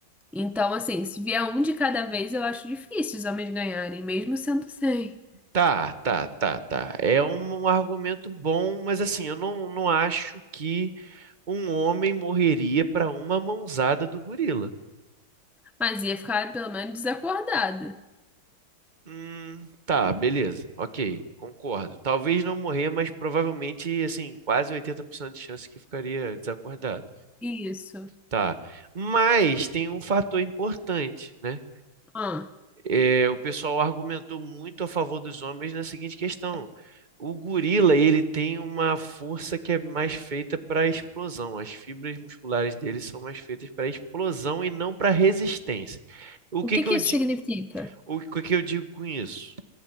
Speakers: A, in the centre; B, on the right.
A: Então, assim, se vier um de cada vez, eu acho difícil os homens ganharem, mesmo sendo cem
B: Tá, tá, tá, tá. É um, um argumento bom, mas assim, eu não, não acho que um homem morreria pra uma mãozada do gorila.
A: Mas ia ficar pelo menos desacordada.
B: Hum, tá, beleza. Ok, concordo. Talvez não morrer, mas provavelmente, assim, quase 80% de chance que ficaria desacordado.
A: Isso.
B: Tá. Mas tem um fator importante, né?
A: Ah,
B: É, o pessoal argumentou muito a favor dos homens na seguinte questão. O gorila, ele tem uma força que é mais feita para explosão. As fibras musculares dele são mais feitas para explosão e não para resistência. O
A: O
B: que
A: que
B: que
A: que
B: eu,
A: isso
B: di-
A: significa?
B: o que que eu digo com isso?